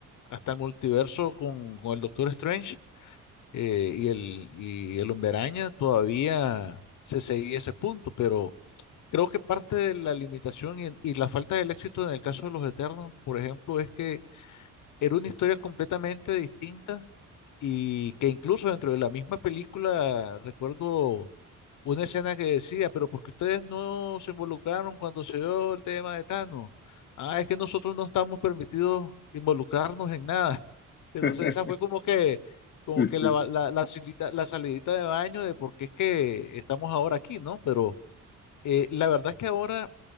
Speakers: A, on the left (about 70°); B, on the left (about 35°).
A: hasta el multiverso con, con el Doctor Strange eh, y el, y el Hombre Araña todavía se seguía ese punto, pero... Creo que parte de la limitación y, y la falta del éxito en el caso de Los Eternos, por ejemplo, es que era una historia completamente distinta y que incluso dentro de la misma película recuerdo una escena que decía, pero ¿por qué ustedes no se involucraron cuando se dio el tema de Thanos? Ah, es que nosotros no estamos permitidos involucrarnos en nada. <laughs> Entonces
B: <laughs>
A: esa fue como que, como
B: Sí,
A: que
B: sí.
A: la, la, la salita- la salidita de baño de por qué es que estamos ahora aquí, ¿no? Pero eh, la verdad es que ahora